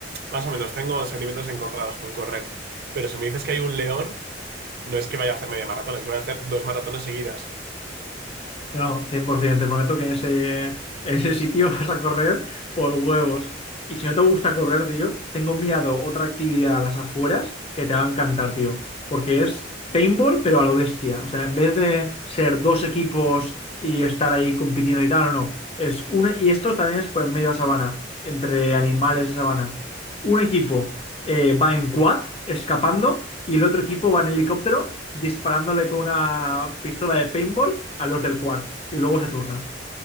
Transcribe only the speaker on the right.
más o menos, tengo sentimientos encontrados con correr. Pero si me dices que hay un león, no es que vaya a hacer media maratón, es que voy a hacer dos maratones seguidas.